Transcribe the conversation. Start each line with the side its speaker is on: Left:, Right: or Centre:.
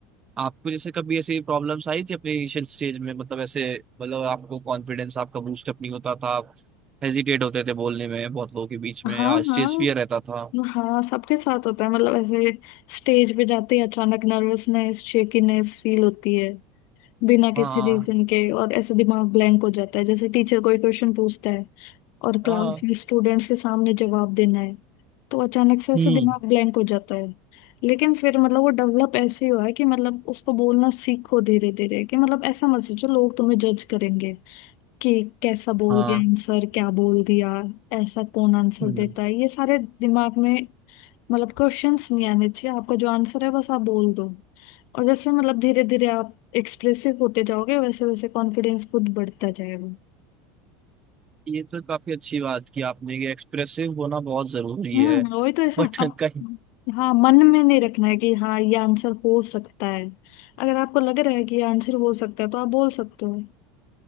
Right: आपको जैसे कभी ऐसी प्रॉब्लम्स आई थी अपने इनिशियल स्टेज में मतलब ऐसे मतलब आपको कॉन्फिडेंस आपका बूस्टअप नहीं होता था आप हेजिटेट होते थे बोलने में बहुत लोगों के बीच में
Left: हाँ
Right: स्टेज
Left: हाँ
Right: फियर रहता था
Left: हाँ सबके साथ होता है मतलब ऐसे स्टेज पे जाते ही अचानक नर्वसनेस शेकीनेस फील होती है बिना किसी
Right: हाँ
Left: रीजन के और ऐसे दिमाग ब्लैंक हो जाता है जैसे टीचर कोई क्वेश्चन पूछता है और क्लास
Right: हाँ
Left: में स्टूडेंट्स के सामने जवाब देना है तो अचानक से ऐसे
Right: हम्म
Left: दिमाग ब्लैंक हो जाता है लेकिन फिर मतलब वो डेवलप ऐसे ही हुआ है कि मतलब उसको बोलना सीखो धीरे धीरे कि मतलब ऐसा मत सोचो लोग तुम्हें जज करेंगे कि कैसा बोल
Right: हाँ
Left: दिया आंसर क्या बोल दिया ऐसा कौन आंसर
Right: हम्म
Left: देता है ये सारे दिमाग में मतलब क्वेश्चंस नहीं आने चाहिए आपका जो आंसर है बस आप बोल दो और जैसे मतलब धीरे धीरे आप एक्सप्रेसिव होते जाओगे वैसे वैसे कॉन्फिडेंस खुद बढ़ता जाएगा
Right: ये तो काफी अच्छी बात की आपने कि एक्सप्रेसिव होना बहुत जरूरी
Left: हम्म
Right: है
Left: वही तो ऐसा
Right: बट
Left: अब
Right: कहीं
Left: हाँ मन में नहीं रखना है कि हाँ ये आंसर हो सकता है अगर आपको लग रहा है कि ये आंसर हो सकता है तो आप बोल सकते हो